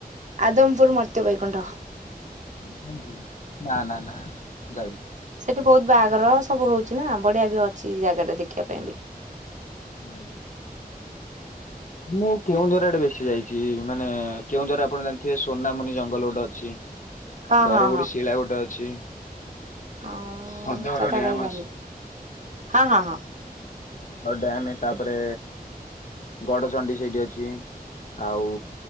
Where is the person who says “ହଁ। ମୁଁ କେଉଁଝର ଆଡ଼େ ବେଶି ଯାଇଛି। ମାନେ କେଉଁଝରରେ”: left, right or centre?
Left